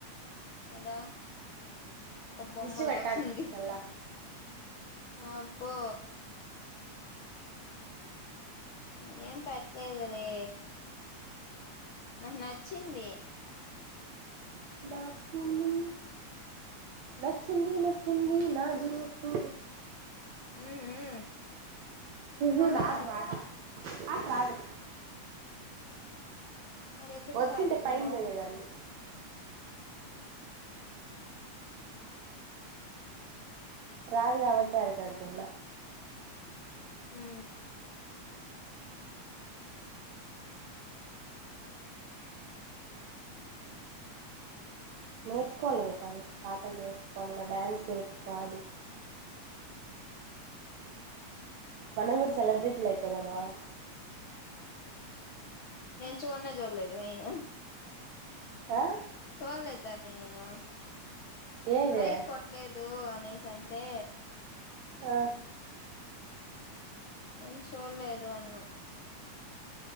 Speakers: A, on the left; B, on the right.
A: కదా ఒక బొమ్మలగా
B: దిష్టి పెట్టాకు
A: ఉంది
B: మళ్ళా
A: అబ్బో నేనేం పేట్లేదలే నాకు నచ్చింది
B: నచ్చింది నచ్చింది నచ్చింది నాజుకు
A: ఉమ్ ఉమ్ మళ్ళా
B: <unintelligible> నాకు రాటా నాకు రాదు
A: మరి ఎందుకు
B: వచ్చింటే
A: పెడుతున్నావ్
B: పైన పోయేదాన్ని రాదు కాబట్టే, ఆడికాడికి ఉండ
A: హ్మ్
B: నేర్చుకోవాలవే కానీ పాటలు నేర్చుకోవాల, డ్యాన్స్ నేర్చుకోవాలి. మనం కూడా సెలబ్రిటీలు అయిపోదమా
A: నేను చూడనే, చూడలేదు మెయిను
B: ఆ
A: చూలేదు ధరణి నేను
B: ఏది
A: లైక్ కొట్టలేదు అ నేసి అంటే
B: ఆ
A: నేను చూలేదు అన్ను